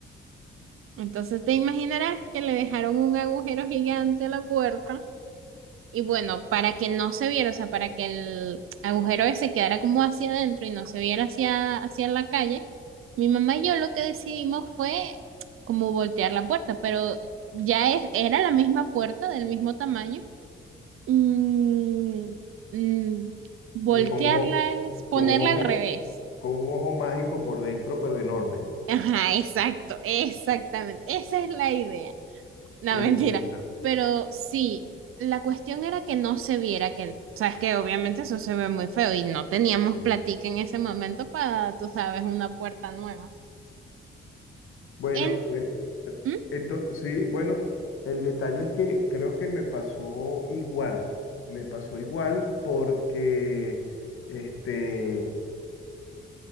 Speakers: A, on the right (about 80°); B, on the left (about 80°).
A: Entonces te imaginarás que le dejaron un agujero gigante a la puerta. Y bueno, para que no se viera, o sea, para que el agujero ese quedara como hacia adentro y no se viera hacia, hacia la calle, mi mamá y yo lo que decidimos fue como voltear la puerta, pero ya es, era la misma puerta del mismo tamaño Mm, mm, voltearla
B: pero con un, o-
A: es ponerla
B: con un
A: al
B: ojo,
A: revés.
B: con un ojo mágico por dentro, pero enorme.
A: Ajá, exacto, exactamente. Esa es la idea. No,
B: Entienda.
A: mentira. Pero sí, la cuestión era que no se viera que, sabes que obviamente eso se ve muy feo y no teníamos
B: Sí.
A: platica en ese momento para, tú sabes, una puerta nueva.
B: Bueno,
A: En,
B: pues, eh,
A: ¿Mm?
B: ento- sí, bueno, el detalle es que creo que me pasó igual, me pasó igual porque este,